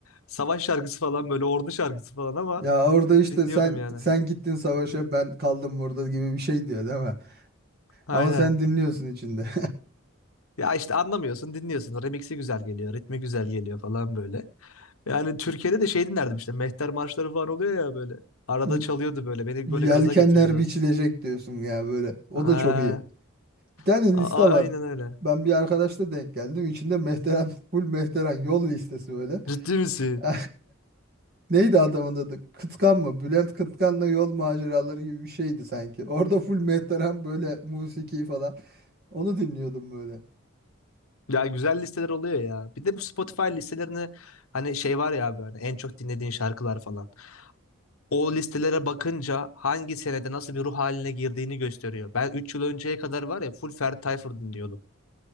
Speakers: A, on the left; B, on the right.
A: Savaş şarkısı falan böyle ordu şarkısı falan ama
B: Ya orada işte
A: dinliyordum
B: sen
A: yani.
B: sen gittin savaşa ben kaldım burada gibi bir şey diyor değil mi?
A: Aynen.
B: Ama sen dinliyorsun içinde.
A: Ya işte anlamıyorsun, dinliyorsun. Remix'i güzel geliyor, ritmi güzel geliyor falan böyle. Yani Türkiye'de de şey dinlerdim işte. Mehter marşları falan oluyor ya böyle. Arada
B: <laughs>
A: çalıyordu böyle. Beni
B: Yelkenler
A: böyle gaza getiriyordu.
B: biçilecek diyorsun ya böyle. O
A: Ha,
B: da çok iyi. Bir tane
A: a-
B: liste
A: a-
B: var.
A: aynen öyle.
B: Ben bir arkadaşla denk geldim. İçinde Mehteran, full Mehteran yol listesi böyle.
A: Ciddi misin?
B: <laughs> Neydi adamın adı? Kıtkan mı? Bülent Kıtkan'la yol maceraları gibi bir şeydi sanki. Orada full Mehteran böyle musiki falan. Onu dinliyordum böyle.
A: Ya güzel listeler oluyor ya. Bir de bu Spotify listelerini hani şey var ya abi hani en çok dinlediğin şarkılar falan. O listelere bakınca hangi senede nasıl bir ruh haline girdiğini gösteriyor. Ben 3 yıl önceye kadar var ya full Ferdi Tayfur dinliyordum.